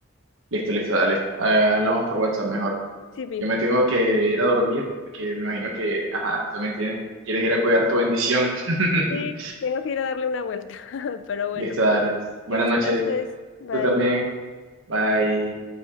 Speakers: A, on the right; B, on the left.
A: Listo, listo, dale. Ah, Hablamos por WhatsApp mejor.
B: Sí, Pi.
A: Yo me tengo que ir a dormir porque me imagino que, ajá, tú también tienes, quieres ir a cuidar tu bendición. <laughs>
B: Sí, tengo que ir a darle una vuelta, <laughs> pero bueno,
A: Listo, dale. Buenas
B: que descanses.
A: noches.
B: Bye.
A: Tú también. Bye.